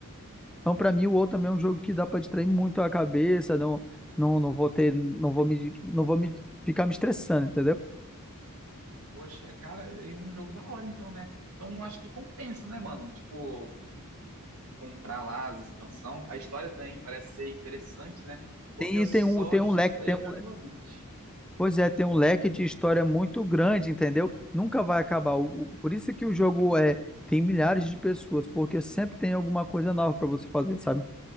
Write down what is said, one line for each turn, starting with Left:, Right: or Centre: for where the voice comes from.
Centre: Então, para mim, o outro também é um jogo que dá para distrair muito a cabeça. Não, não, não vou ter, não vou me, não vou me ficar me estressando, entendeu?
Right: Poxa, cara, é um jogo da hora, então, né? Então acho que compensa, né, mano? Tipo, comprar lá as expansão. A história também parece ser interessante, né? Porque
Centre: Tem,
Right: eu só
Centre: tem um, tem um leque,
Right: saí
Centre: tem
Right: até
Centre: um,
Right: o
Centre: le-
Right: nível 20.
Centre: pois é, tem um leque de história muito grande, entendeu? Nunca vai acabar. O- o- por isso que o jogo é, tem milhares de pessoas, porque sempre tem alguma coisa nova para você fazer, sabe?